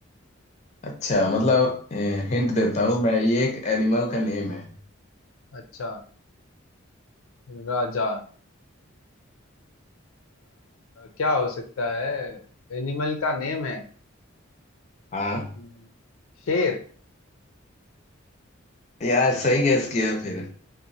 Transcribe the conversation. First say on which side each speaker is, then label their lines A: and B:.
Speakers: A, on the left (about 35°); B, on the left (about 85°).
A: अच्छा मतलब हिंट देता हूँ मैं ये एक एनिमल का नेम है
B: अच्छा राजा आ, क्या हो सकता है एनिमल का नेम है
A: हाँ
B: हम्म, शेर
A: यार सही गैस किया फिर